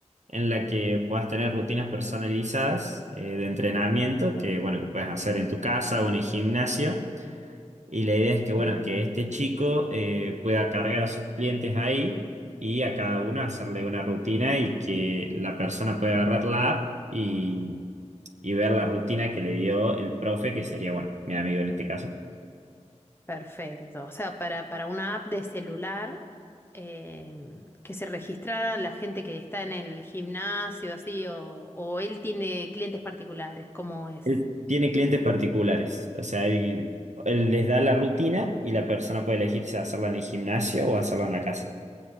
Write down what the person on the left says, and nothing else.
ujú.
Perfecto. O sea, para, para una app de celular em, que se registra la gente que está en el gimnasio, así, o, o él tiene clientes particulares, ¿cómo es?